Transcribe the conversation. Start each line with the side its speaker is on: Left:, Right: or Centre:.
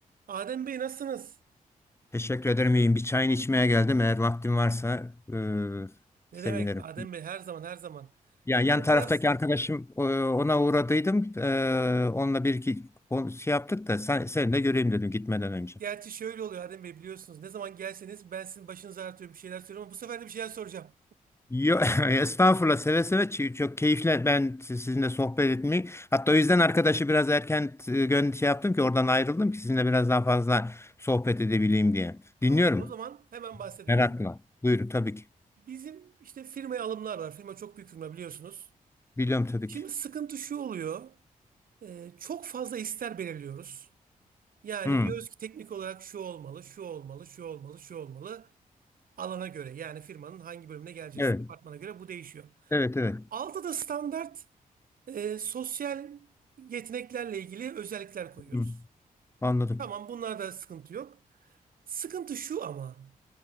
Right: Adem Bey nasılsınız?
Left: Teşekkür ederim iyiyim. Bir çayını içmeye geldim. Eğer vaktin varsa e,
Right: Ne
Left: sevinirim.
Right: demek Adem Bey her zaman her zaman.
Left: Ya
Right: Yani
Left: yan taraftaki
Right: biraz
Left: arkadaşım e, ona uğradıydım. E, onunla bir iki kon- şey yaptık da sen, seni de göreyim dedim gitmeden önce.
Right: gerçi şöyle oluyor Adem Bey biliyorsunuz. Ne zaman gelseniz ben sizin başınızı ağrıtıyorum bir şeyler söylüyorum ama bu sefer de bir şeyler soracağım.
Left: Yo, <laughs> estağfurullah seve seve Ç- çok keyifle ben si-, sizinle sohbet etmeyi hatta o yüzden arkadaşı biraz erken e, gön şey yaptım ki oradan ayrıldım ki sizinle biraz daha fazla sohbet edebileyim diye.
Right: Tamam
Left: Dinliyorum
Right: o zaman hemen bahsediyorum.
Left: merakla. Buyurun tabii ki.
Right: Bizim işte firmaya alımlar var. Firma çok büyük firma biliyorsunuz.
Left: Biliyorum tabii
Right: Şimdi
Left: ki.
Right: sıkıntı şu oluyor. Ee, çok fazla ister belirliyoruz. Yani
Left: Hı.
Right: diyoruz ki teknik olarak şu olmalı, şu olmalı, şu olmalı, şu olmalı. Alana göre yani firmanın hangi bölümüne geleceksiniz
Left: Evet.
Right: departmana göre bu değişiyor.
Left: Evet evet.
Right: Altta da standart E, sosyal yeteneklerle ilgili özellikler koyuyoruz.
Left: Hı. Anladım.
Right: Tamam bunlarda sıkıntı yok. Sıkıntı şu ama.